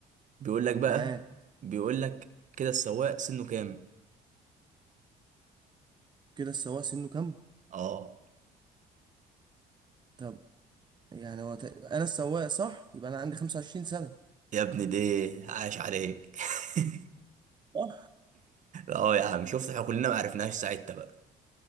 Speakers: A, on the right; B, on the right.
A: بيقول لك بقى
B: معاك
A: بيقول لك كده السواق سنه كام
B: كده السواق سنه كام
A: اه
B: طب يعني هو تق- انا السواق صح يبقى انا عندي 25 سنه
A: يا ابني ده عاش عليك <laughs>
B: صح
A: اه يا عم شفت احنا كلنا ما عرفناش ساعتها بقى